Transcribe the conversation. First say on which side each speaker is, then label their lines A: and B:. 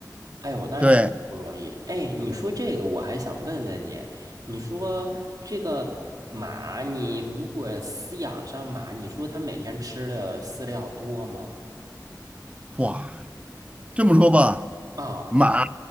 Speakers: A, on the right; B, on the right.
A: 哎呦，那确实不容易。
B: 对，
A: 哎，你说这个，我还想问问你，你说这个马，你如果饲养上马，你说它每天吃的饲料多吗？
B: 哇，这么说吧，
A: 啊
B: 马